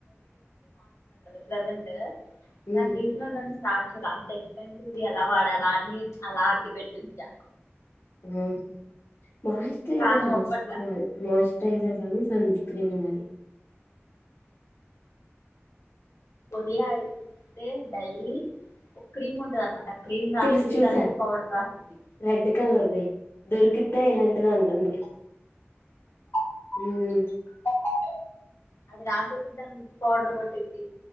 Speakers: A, on the left (about 85°); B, on the left (about 55°).
A: ప్లెజెంట్
B: ఉమ్
A: అండ్ రీజనల్ రం స్టార్ట్ చేయల అంత ఎక్స్పెన్సివ్‌ది ఎలా వాడాలా అని అలా అట్టి పెట్టుంచా
B: ఆ మాన్సరైజేషన్
A: ప్రాణం
B: రాసుకోవాలి
A: ఒప్పట్లా
B: మాన్స్ రైజర్ గానీ సన్ స్క్రీన్ గానీ
A: ఉదయ అయితే డైలీ క్రీమ్ ఉంటది అనమాట క్రీమ్ రాస్తుద్ది
B: తెలుసు చూసా
A: దానిమీద పౌడర్ రాస్తుద్ది
B: రెడ్ కలర్ది దొరికిద్దా ఇలాంటిది అంటుంది ఉమ్మ్
A: అది రాసేసి దాన్ పౌడర్ కొట్టిద్ది